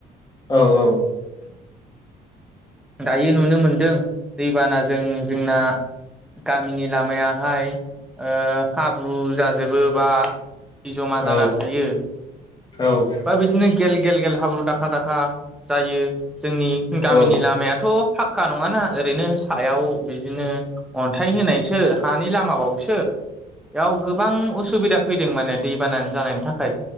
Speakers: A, on the left (about 25°); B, in the centre.
A: औ-औ
B: दायो नुनो मोनदों दैबानाजों जोंना गामिनि लामायाहाय ओ हाब्रु जाजोबो बा जमा
A: औ
B: जाना थायो
A: औ औ ओ
B: बा बिदिनो गेल गेल गेल हाब्रु दाखा दाखा जायो जोंनि गामिनि
A: ओ
B: लामायाथ' फाक्का नङाना ओरैनो सायाव बिदिनो अन्थाइ होनायसो हानि लामाबावसो बेयाव गोबां उसुबिदा फैदों माने दैबाना जानायनि थाखाय